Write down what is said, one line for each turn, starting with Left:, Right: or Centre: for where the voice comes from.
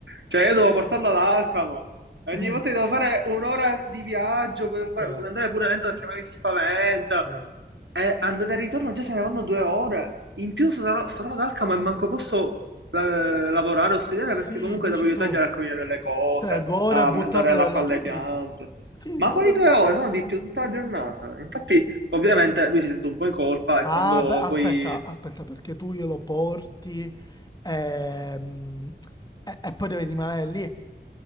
Right: cioè io devo portarlo ad Alcamo, e
Left: mm,
Right: ogni volta che devo fare un'ora di viaggio, devo fa-
Left: cioè,
Right: andare pure lento perché magari si spaventa,
Left: eh.
Right: eh, andata e ritorno già saranno due ore. In più sarò, sarò ad Alcamo e manco posso eh, lavorare o studiare
Left: Sì,
Right: perché comunque
Left: dici
Right: devo aiutargli
Left: tu,
Right: a raccogliere le cose,
Left: cioè, due ore
Right: a
Left: buttate
Right: m- dare
Left: della
Right: l'acqua alle
Left: tua vita.
Right: piante.
Left: Sì,
Right: Ma
Left: due
Right: quali
Left: ore.
Right: due ore? Sono di più tutta la giornata. Infatti, ovviamente, lui si sente un po' in colpa e
Left: Ah,
Right: quando
Left: beh, aspetta,
Right: poi...
Left: aspetta, perché tu glielo porti ehm, e, e poi devi rimanere lì.